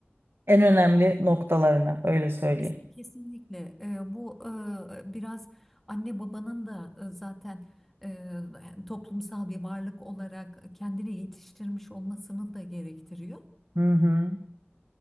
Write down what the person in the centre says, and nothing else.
Kesin- Kesinlikle Eee, bu eee, biraz anne babanın da eee, zaten eee, toplumsal bir varlık olarak kendini yetiştirmiş olmasını da gerektiriyor.